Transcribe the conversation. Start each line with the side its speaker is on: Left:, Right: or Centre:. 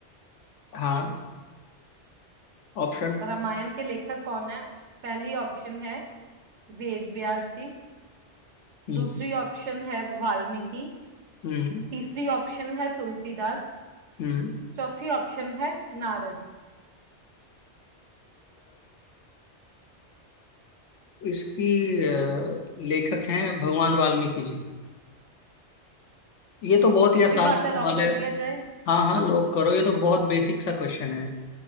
Left: हाँ ऑप्शन
Right: रामायण के लेखक कौन है पहली ऑप्शन है वेद व्यास जी
Left: हम्म
Right: दूसरी ऑप्शन है वाल्मीकि
Left: हम्म
Right: तीसरी ऑप्शन है तुलसीदास
Left: हम्म
Right: चौथी ऑप्शन है नारद
Left: इसकी अ, लेखक हैं भगवान वाल्मीकि जी ये तो बहुत
Right: पक्की
Left: ही आसान
Right: बात
Left: सवाल
Right: है लॉक कर
Left: है
Right: दिया जाए
Left: हाँ हाँ लोग करो ये तो बहुत बेसिक सा क्वेश्चन है